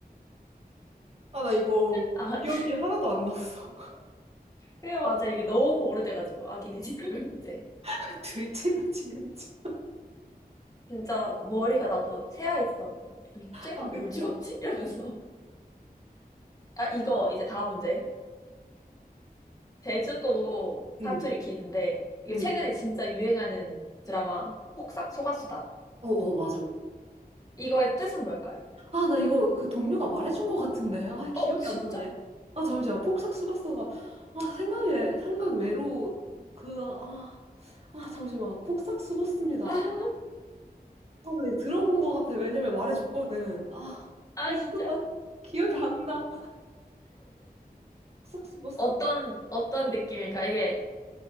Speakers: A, on the right; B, on the left.
A: 아, 나 이거
B: 아,
A: 기억이
B: <laughs>
A: 하나도 안 났어.
B: 그래, 맞아. 이게 너무 오래돼가지고, 아기 돼지나무 문제.
A: <laughs> 둘째가 지은지.
B: 진짜 머리가 나도 새하얘지더라고. 둘째가
A: 아,
B: 뭘
A: 그니까.
B: 지었지? <laughs> 이러면서. 아, 이거 이제 다음 문제 제주도 사투리
A: 응,
B: 퀴즈인데, 이거
A: 응.
B: 최근에 진짜 유행하는 드라마, 폭싹 속았수다.
A: 어, 어, 맞아.
B: 이거의 뜻은 뭘까요?
A: 아, 나 이거 그 동료가 말해준 것 같은데. 아, 기억이
B: 어, 진짜?
A: 안 나네. 아, 잠시만. 폭삭 수고스가 아, 생각에, 생각 외로, 그, 아, 아, 잠시만. 폭삭 고았습니다
B: <laughs>
A: 아, 나 이거 들어본 것 같아. 왜냐면 말해줬거든. 아,
B: 아,
A: 잠시만.
B: 진짜?
A: 기억이 안 나. 폭삭 고았습니다
B: 어떤, 어떤 느낌일까? 이게,